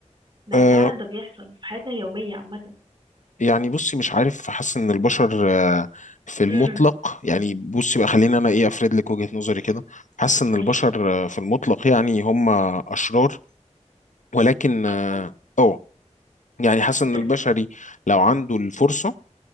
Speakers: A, on the right; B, on the left.
A: ده
B: آه،
A: فعلا ده بيحصل في حياتنا اليومية عامة
B: يعني بصي مش عارف حاسس ان البشر آه، في المطلق
A: امم
B: يعني بصي بقى خليني انا ايه افرد لك وجهة نظري كده حاسس ان
A: ماشي
B: البشر آه، في المطلق يعني هم اشرار ولكن
A: اصلا
B: اه أه، يعني حاسس
A: <laughs>
B: ان البشري لو عنده الفرصة